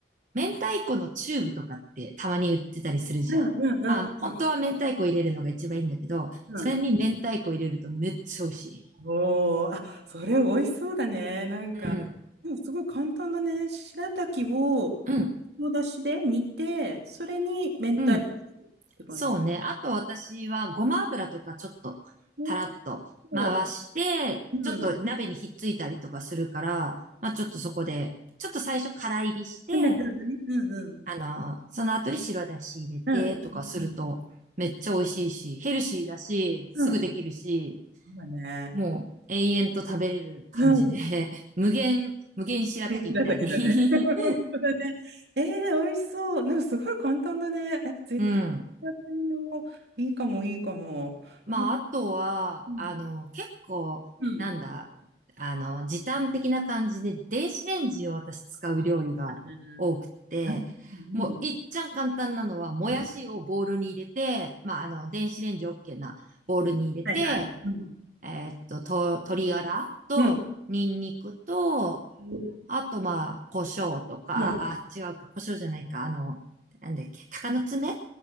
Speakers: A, on the right; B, on the right.
A: 明太子のチューブとかってたまに売ってたりするじゃん。
B: ん
A: まあ、本当は明太子入れるのが一番いいんだけど、
B: うんうん。
A: それに明太子入れるとめっちゃ美味しい。
B: おー、あ、それ美味しそうだね。なんか、
A: うん、
B: でもすごい簡単だね。白滝を、
A: うん、
B: の出汁で煮て、それに明太子入れるって感じ。
A: うん。そうね。あと私はごま油とかちょっとたらっと回して、
B: 美味しそう。うん。
A: ちょっと鍋にひっついたりとかするから、まあちょっとそこで、
B: う
A: ちょっと最初から入りして、
B: んなるほどね。うんうん。
A: あの、その後に白だし入れてとかするとめっちゃ美味しいし、
B: うん。うん。
A: ヘルシーだし、すぐできるし、
B: うん。うんそうだね。
A: もう永遠と食べれる感じで、
B: うん。
A: <laughs> 無限、無限白滝みたいに
B: 白滝だね。<laughs>
A: <laughs>
B: 本当だね。えー、美味しそう。なんかすごい簡単だね。え、絶対やってみよう。
A: うん。
B: いいかも、いいかも。
A: まあ、
B: なんか、
A: あとは、
B: うん。
A: あの、結構、
B: うん。
A: なんだ、あの、時短的な感じで、電子レンジを私使う料理が多くて、
B: うん。うん。
A: もう、いっちゃん簡単なのは、もやしをボウルに入れて、
B: うん。
A: まあ、あの、電子レンジ OK なボウルに入れて、
B: はいはい。うん。
A: えーっと、と、鶏ガラと、
B: うん。
A: ニンニクと、
B: そ
A: あと、まあ、胡椒とか、
B: うなんで
A: あ、違うか、胡椒じゃないか、あの、なんだっけ、鷹の爪